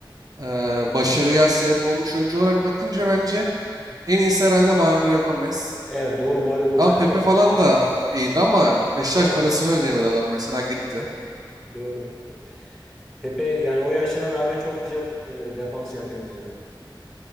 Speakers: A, on the right (about 50°); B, in the centre.
A: e, başarıya sebep olmuş oyuncu olarak bakınca bence en iyisi herhalde Mario Gomez.
B: Evet doğru Mario Gomez
A: Ama Pepe
B: çok
A: falan
B: iyiydi.
A: da iyiydi ama Beşiktaş
B: Tabii
A: parasını ödeyemedi adam mesela gitti.
B: doğru. Pepe yani o yaşına rağmen çok güzel e, defans yapıyordu ya.